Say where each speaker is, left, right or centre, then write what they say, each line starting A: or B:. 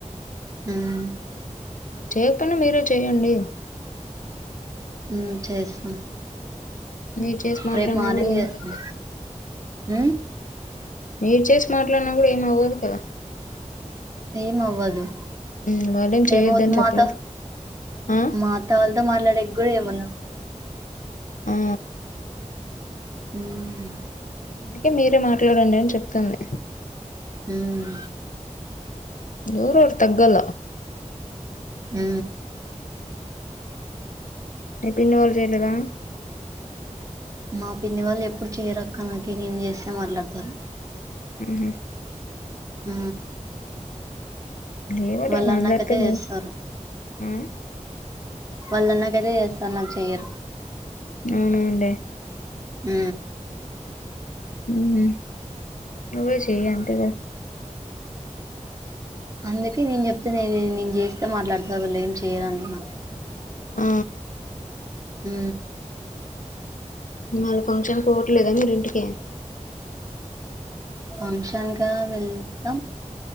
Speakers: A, on the right; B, on the left.
A: మ్
B: చేయక పోయినా మీరే చేయండి
A: మ్ చేస్తాం
B: మీరు చేసి మాట్లాడినా
A: రేపు మార్నింగ్
B: కూడా ఏం
A: చేస్తాం
B: కాదు కదా
A: మ్
B: మీరు చేసి మాట్లాడిన కూడా ఏమి అవ్వదు కదా
A: ఏమవ్వదు
B: మ్మ్ వాళ్ళేం చేయొద్దని
A: ఏమవుతదిమాట
B: చెప్పలేదు ఆ
A: మా త వళ్ళతో మాట్లాడేకి కూడా ఇవ్వను
B: ఆ
A: మ్
B: అందుకే మీరే మాట్లాడండి అని చెప్తుంది
A: మ్
B: ఎవరోఒరు తగ్గల
A: మ్
B: మీ పిన్ని వాళ్ళు చేయలేదా
A: మా పిన్ని వాళ్ళు ఎప్పుడు చేయరక్క నాకి నేను చేస్తే మాట్లాడుతారు
B: ఆహా
A: ఆ
B: ఏవోలే
A: వాళ్ళు
B: అందరితో
A: నాకు అదే
B: నువ్వు
A: ఇస్తారు
B: ఆ
A: వాళ్ళ నాకైతే చేస్తారు నాకు చెయ్యరు
B: అవునులేే
A: ఉ
B: ఉహు నువ్వే చెయ్యి అంటగా
A: అందుకే నేను చెప్తే నే నేను చేస్తే మాట్లాడతారు వాళ్ళు ఏం చేయరు అంటున్నా
B: ఆ
A: ఉ
B: మళ ఫంక్షన్ పోవట్లేదా మీరి ఇంటికి
A: ఫంక్షన్ కా వెళ్తాం